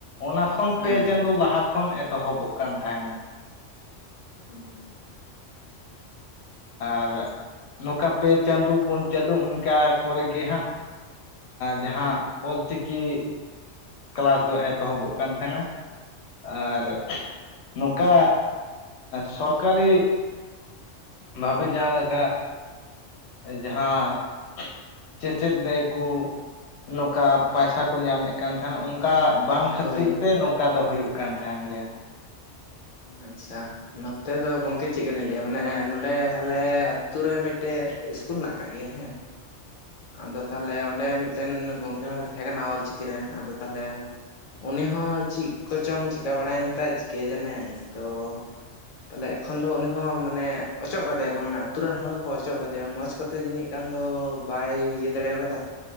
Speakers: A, on the left (about 70°); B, on the left (about 45°).
A: ᱚᱱᱟ ᱠᱷᱚᱱ
B: ᱦᱮᱸ
A: ᱯᱮ ᱪᱟᱸᱫᱳ
B: ᱦᱮᱸ
A: ᱞᱟᱦᱟ ᱠᱷᱚᱱ ᱮᱛᱚᱦᱚᱵᱚᱜ ᱠᱟᱱ ᱛᱟᱦᱮᱱᱟ
B: ᱦᱮᱸ <unintelligible>
A: ᱟᱨ ᱱᱚᱝᱠᱟ ᱯᱮ ᱪᱟᱸᱫᱳ ᱯᱩᱱ ᱪᱟᱸᱫᱳ ᱤᱱᱠᱟ ᱠᱚᱨᱮ ᱜᱮ ᱦᱟᱸᱜ ᱡᱟᱦᱟᱸ ᱚᱞ ᱪᱤᱠᱤ ᱠᱮᱞᱟᱥ ᱫᱚ ᱮᱛᱚᱦᱚᱵᱚᱜ ᱠᱟᱱ ᱛᱟᱦᱮᱱᱟ ᱟᱨ ᱱᱚᱝᱠᱟ ᱥᱚᱨᱠᱟᱨᱤ ᱵᱷᱟᱵᱮ ᱡᱟᱦᱟᱸᱞᱮ ᱞᱮᱠᱟ ᱡᱟᱦᱟᱸ ᱪᱮᱻᱪᱮᱫ ᱫᱟᱹᱭ ᱠᱚ ᱱᱚᱝᱠᱟ ᱯᱟᱭᱥᱟ ᱠᱚ ᱧᱟᱢᱮᱫ ᱠᱟᱱ ᱛᱟᱦᱮᱱᱟ ᱱᱚᱝᱠᱟ ᱵᱟᱝ ᱠᱷᱟᱹᱛᱤᱨ
B: ᱦᱳᱭ
A: ᱛᱮ ᱱᱚᱝᱠᱟ ᱫᱚ ᱦᱩᱭᱩᱜ ᱠᱟᱱ ᱛᱟᱦᱮᱱ ᱜᱮᱭᱟ
B: ᱟᱪᱪᱷᱟ ᱱᱚᱛᱮ ᱫᱚ ᱜᱚᱝᱠᱮ ᱪᱮᱫ ᱞᱮᱠᱟᱞᱤᱧ ᱞᱟᱹᱭᱟ ᱢᱟᱱᱮ ᱱᱚᱸᱰᱮ ᱟᱞᱮ ᱟᱛᱩ ᱨᱮ ᱢᱤᱫᱴᱮᱡ ᱤᱥᱠᱩᱞ ᱢᱮᱱᱟᱜ ᱟᱠᱟᱜ ᱜᱮᱭᱟ ᱦᱮᱸ ᱟᱫᱚ ᱛᱟᱦᱚᱞᱮ ᱚᱸᱰᱮ ᱢᱤᱫᱴᱮᱱ ᱜᱚᱝᱠᱮ ᱦᱚᱲᱮ ᱛᱟᱸᱦᱮ ᱠᱟᱱᱟ ᱚᱞᱪᱤᱠᱤ ᱨᱮᱱ ᱟᱫᱚ ᱛᱟᱦᱚᱞᱮ ᱩᱱᱤ ᱦᱚᱸ ᱪᱮᱫ ᱠᱚᱪᱚᱝ ᱪᱤᱠᱟᱹ ᱵᱟᱲᱟᱭᱮᱱ ᱛᱟᱭ ᱠᱮᱡᱮᱱᱮ ᱛᱚ ᱛᱟᱦᱚᱞᱮ ᱮᱠᱷᱚᱱ ᱫᱚ ᱩᱱᱤ ᱦᱚᱸ ᱢᱟᱱᱮ ᱚᱪᱚᱜ ᱠᱟᱫᱮᱭᱟ ᱠᱚ ᱢᱟᱱᱮ ᱟᱛᱩ ᱨᱮᱱ ᱦᱚᱲ ᱠᱚ ᱚᱪᱚᱜ ᱠᱟᱫᱮᱭᱟ ᱢᱚᱸᱡᱽᱛᱮ ᱡᱟᱹᱱᱤᱡ ᱮᱠᱷᱟᱱ ᱫᱚ ᱵᱟᱭ ᱤᱭᱟᱹ ᱫᱟᱲᱮ ᱠᱟᱫᱟ